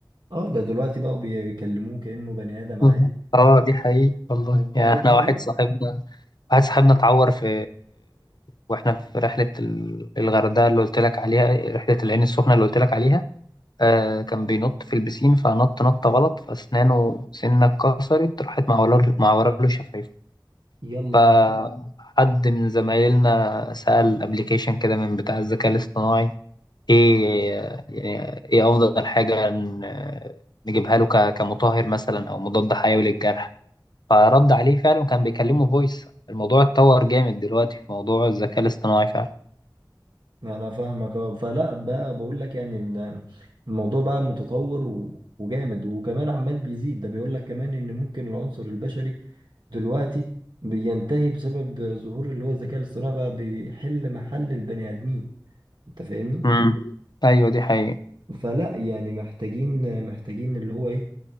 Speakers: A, on the right; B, on the left.
A: اه ده دلوقتي بقوا بيكلموه كأنه بني آدم
B: مهم.
A: عادي
B: اه دي حقيقة والله
A: وبيرد
B: يعني احنا
A: عليه
B: واحد صاحبنا واحد صاحبنا اتعور في واحنا في رحلة ال- الغردقة اللي قلت لك عليها رحلة العين السخنة اللي قلت لك عليها آه كان بينط في البسين فنط نطة غلط فأسنانه سنة اتكسرت راحت معوراله معوراله شفايفه
A: يلا
B: فحد من زمايلنا سأل أبليكيشن كده من بتاع الذكاء الاصطناعي إيه يعني إيه أفضل حاجة ن- نجيبها له ك- كمطهر مثلا أو مضاد حيوي للجرح فرد عليه فعلا وكان بيكلمه فويس الموضوع اتطور جامد دلوقتي في موضوع الذكاء الاصطناعي فعلا
A: انا فاهمك اه فلا بقى بقول لك يعني ال- الموضوع بقى متطور و- وجامد وكمان عمال بيزيد ده بيقول لك كمان ان ممكن العنصر البشري دلوقتي بينتهي بسبب ظهور اللي هو الذكاء الاصطناعي بقى بيحل محل البني ادمين انت فاهمني
B: مم. أيوة دي حقيقة
A: فلا يعني محتاجين محتاجين اللي هو ايه